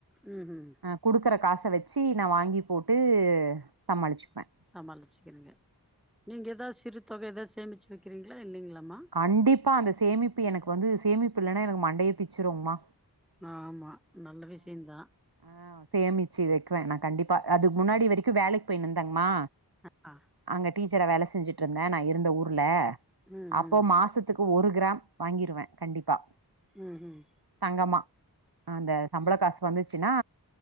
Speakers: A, in the centre; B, on the right.
A: ம் ஹும்
B: குடுக்குற காச வச்சு நா வாங்கி போட்டு சமாளிச்சுப்பே
A: சமாளிச்சுக்குறீங்க நீங்க ஏதாது சிறு தொக ஏதா சேமிச்சு வெக்கிறீங்களா இல்லங்ளாமா
B: கண்டிப்பா அந்த சேமிப்பு எனக்கு வந்து சேமிப்பு இல்ல னா எனக்கு மண்டையே பிச்சுருங்ம்மா
A: ஆமா நல்ல விஷயந்தா
B: ஆ சேமிச்சு வெக்குவே நா கண்டிப்பா அதுக்கு முன்னாடி வரைக்கு வேலைக்கு போயிந்தேங்மா
A: அ ஆ
B: அங்க டீச்சரா வேல செஞ்சுட்ருந்த நா இருந்த ஊர்ல
A: ம்
B: அப்போ
A: ம்
B: மாசத்து க்கு ஒரு கிராம் வாங்கிருவே கண்டிப்பா
A: ம் ஹும்
B: தங்கமா அந்த சம்பள காசு வந்துச்சுன்னா